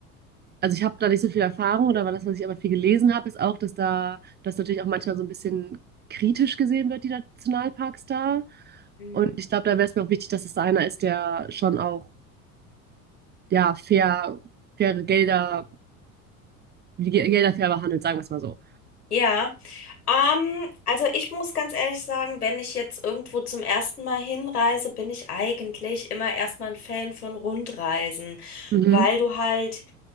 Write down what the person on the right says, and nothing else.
also ich habe da nicht so viel Erfahrung oder war das, was ich aber viel gelesen habe, ist auch, dass da, das natürlich auch manchmal so ein bisschen kritisch gesehen wird, die Nationalparks da.
Und ich glaube, da wäre es mir auch wichtig, dass es da einer ist, der schon auch, ja, fair, faire Gelder, die Ge- Gelder fair behandelt, sagen wir es mal so.
Mhm.